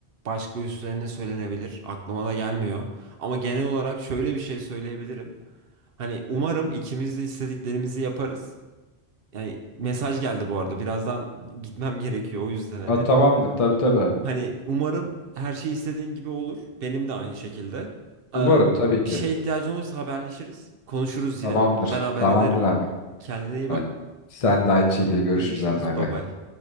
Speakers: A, on the right; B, on the left.
A: başka üstlerine söylenebilir. Aklıma da gelmiyor. Ama genel olarak şöyle bir şey söyleyebilirim. Hani umarım ikimiz de istediklerimizi yaparız. Yani mesaj geldi bu arada. Birazdan gitmem gerekiyor o yüzden hani.
B: Ha, tamamdır tabii tabii abi.
A: Hani umarım her şey istediğin gibi olur. Benim de aynı şekilde.
B: Umarım
A: Ee,
B: tabii
A: bir
B: ki.
A: şeye ihtiyacın olursa haberleşiriz. Konuşuruz
B: Tamamdır.
A: yine. Ben haber
B: Tamamdır
A: ederim.
B: abi.
A: Kendine iyi
B: Hadi,
A: bak.
B: sen de aynı şekilde görüşürüz
A: Görüşürüz.
B: abi bay
A: Bay
B: bay.
A: bay.